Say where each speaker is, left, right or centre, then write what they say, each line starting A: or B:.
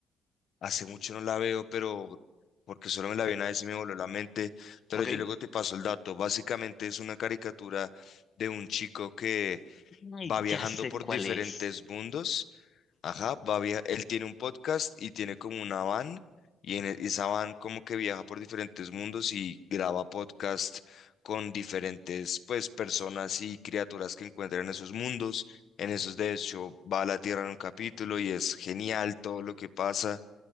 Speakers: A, on the left; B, on the left.
A: hace mucho no la veo, pero porque solo me la vi una vez y me voló la mente. Pero
B: Ok.
A: yo luego te paso el dato. Básicamente es una caricatura de un chico que
B: Ay,
A: va viajando
B: ya sé
A: por
B: cuál
A: diferentes
B: es.
A: mundos Ajá, va a via- él tiene un podcast y tiene como una van y en e- esa van como que viaja por diferentes mundos y graba podcast con diferentes pues personas y criaturas que encuentra en esos mundos. En esos de hecho va a la Tierra en un capítulo y es genial todo lo que pasa.